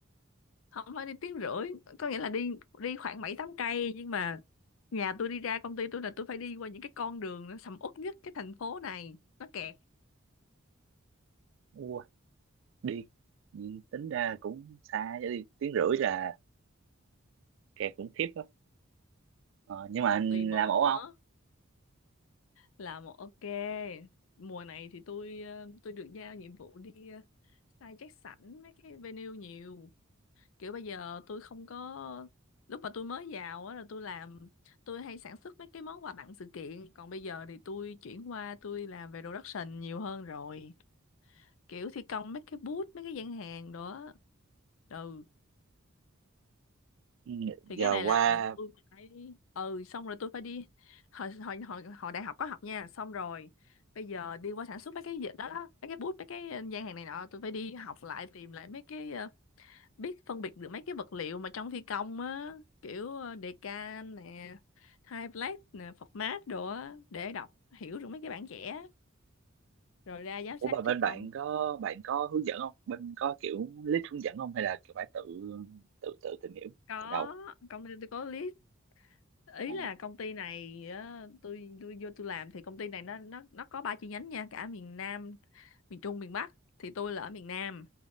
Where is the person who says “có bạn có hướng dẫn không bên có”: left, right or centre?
Right